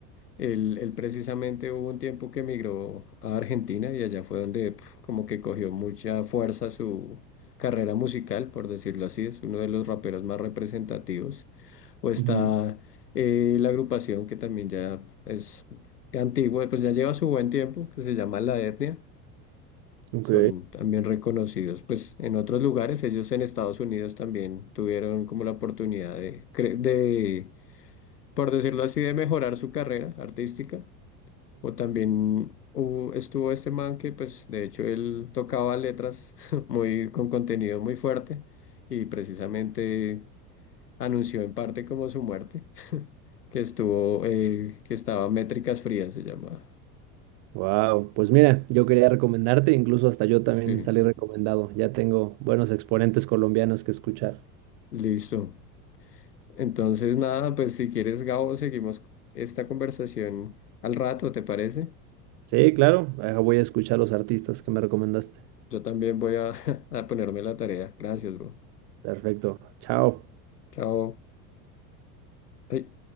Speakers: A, on the left (about 90°); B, on the right (about 60°).
A: Él, él precisamente hubo un tiempo que emigró a Argentina y allá fue donde pf, como que cogió mucha fuerza su carrera musical, por decirlo así, es uno de los raperos más representativos. O está
B: ujú,
A: eh, la agrupación que también ya es antigua, pues ya lleva su buen tiempo, que se llama La Etnia.
B: Ok.
A: Son también reconocidos, pues en otros lugares, ellos en Estados Unidos también tuvieron como la oportunidad de, cre- de, por decirlo así, de mejorar su carrera artística o también hubo- estuvo este man que, pues, de hecho, él tocaba letras <laughs> muy, con contenido muy fuerte y precisamente anunció en parte como su muerte, <laughs> que estuvo, eh, que estaba Métricas Frías, se llamaba.
B: Wow, pues mira, yo quería recomendarte, incluso hasta yo también
A: Sí,
B: salí recomendado. Ya tengo buenos exponentes colombianos que escuchar.
A: listo. Entonces, nada, pues si quieres, Gabo, seguimos esta conversación al rato, ¿te parece?
B: Sí, claro, ahora voy a escuchar los artistas que me recomendaste.
A: Yo también voy a, <laughs> a ponerme la tarea. Gracias, bro.
B: Perfecto, chao.
A: Chao. Ay.